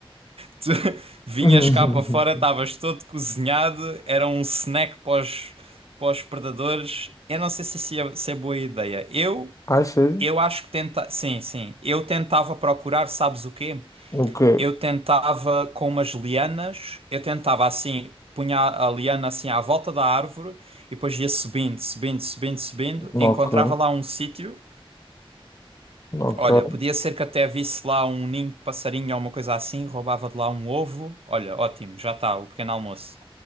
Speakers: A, on the right; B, on the left.
A: Tu <laughs> vinhas
B: <laughs>
A: cá para fora, estavas todo cozinhado, era um snack para os, para os predadores. Eu não sei se, isso é, se é boa ideia. Eu,
B: Ah, sério?
A: eu acho que tenta... Sim, sim. Eu tentava procurar, sabes o quê?
B: Ok,
A: Eu tentava com umas lianas, eu tentava assim, punha a liana assim à volta da árvore e depois ia subindo, subindo, subindo, subindo,
B: ok,
A: encontrava lá um sítio
B: ok.
A: Olha, podia ser que até visse lá um ninho de passarinho ou uma coisa assim, roubava de lá um ovo. Olha, ótimo, já está, o pequeno almoço.